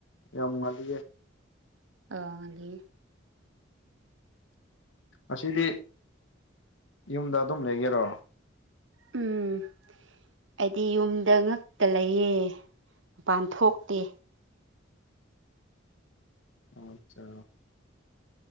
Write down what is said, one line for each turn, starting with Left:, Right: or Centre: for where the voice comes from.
Left: ꯌꯥꯃꯨꯉꯗꯤꯌꯦ
Right: ꯑꯉꯗꯤ
Left: ꯉꯗꯤ ꯌꯨꯝꯗ ꯑꯗꯨꯝ ꯂꯩꯒꯦꯔꯣ
Right: ꯎꯝ ꯑꯩꯗꯤ ꯌꯨꯝꯗ ꯉꯛꯇ ꯂꯩꯌꯦ ꯃꯄꯥꯟ ꯊꯣꯛꯇꯦ
Left: ꯑꯆꯥ